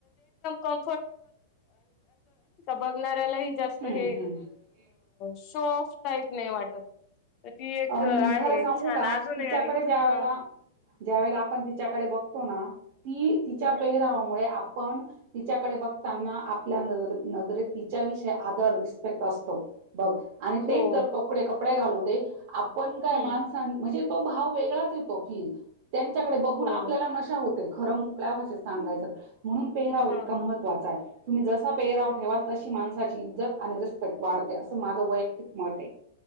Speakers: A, on the left (about 30°); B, on the right (about 45°).
A: क ब.. जास्त
B: हम्म
A: हे
B: हम्म.
A: शॉफ्ट टाईप नाही वाटत. तर ती एक
B: आणि
A: आहे
B: खरं सांगू
A: छान
B: का
A: अजूनही
B: तिच्याकडे
A: आणि
B: ज्या
A: हा..
B: वेळेला ज्या वेळेला आपण तिच्याकडे बघतो ना ती तिच्या
A: हम्म.
B: पैरावामुळे.. पण तिच्याकडे बघताना आपल्या नजरेत तिच्याविषयी आदर रिस्पेक्ट असतो. बघ आणि तेच
A: हो.
B: जर तोकडे कपडे घालू दे आपण काय
A: हो.
B: माणसां म्हणजे तो भाव वेगळाच येतो फील त्यांच्याकडे बघून
A: हो.
B: आपल्याला नशा होते खरं मोकल्या भाषेत सांगायचं म्हणून पेहराव
A: हां,
B: इतका महत्त्वाचा
A: हां.
B: आहे तुम्ही जसा पेराव ठेवाल तशी माणसाची इज्जत आणि रिस्पेक्ट वाढते असं माझं वैयक्तिक मत आहे